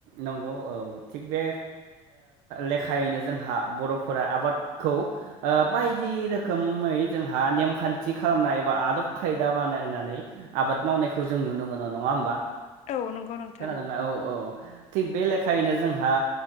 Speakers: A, on the right; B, on the left.
A: नंगौ। औ थिग बे लेखायैनो जोंहा बर'फोरा आबादखौ बायदि रोखोमै जोंहा नेमखान्थि खालामनाय एबा बा आदब खायदा बानायनानै आबाद मावनायखौ जों नुनो मोनो नङा होमबा।
B: औ नंगौ नोंथां
A: खोनादोंना औ औ थिग बे लेखायैनो जोंहा